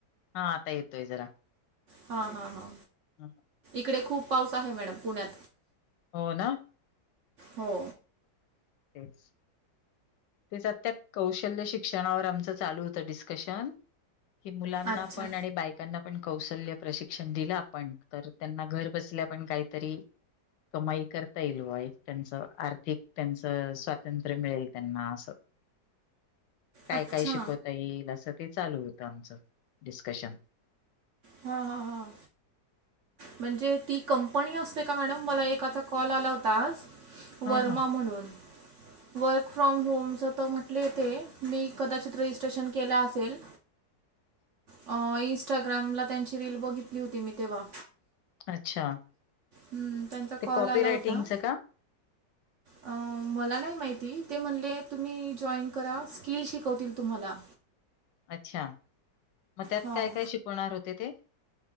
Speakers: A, on the left; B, on the right.
A: हा आता इेतो इरा.
B: हा हा हा.
A: हम्.
B: इकडे खूप पाऊस आहे मॅडम पुण्यात.
A: हो ना.
B: हो.
A: <unintelligible> तेच आ त्या कौशल्य शिक्षणावर आमचं चालू होत डिस्कशन. कि मुलांना
B: अच्छा
A: पण आणि बायकांना पण. पण कौशल्य प्रशिक्षण दिलं आपण तर त्यांना घर बसल्या पण काहीतरी. कमाई करता येईल वा एक त्यांच आर्थिक त्यांच. स्वातंत्र मिळेल त्यांना अस काय
B: अच्छा
A: काय शिकवता येईल अस. ते चालू होतं आमचं डिस्कशन.
B: हा हा हा. म्हणजे ती कंपनी असते का मॅडम मला एकाचा कॉल आला होता आज.
A: हा
B: वर्मा
A: हा
B: म्हणून वर्. फ्रॉम होमचं त म्हटले य तेे मी कदाचित रजिस्ट्रेशन केलं असेल. अ इनंस्टाग्रामला त्यांची रील बघितली होती मी तेव्हा.
A: अच्छा.
B: हम्म त्यांचा
A: ते
B: कॉल
A: कॉपी
B: आला
A: रायटिंगचं
B: होता
A: का
B: अ मला नाही माहिती. ते म्हणले तुम्ही जॉईन करा स्किल शिकवतील तुम्हाला.
A: अच्छा मग त्यात
B: हां
A: काय काय शिकवणार होते ते.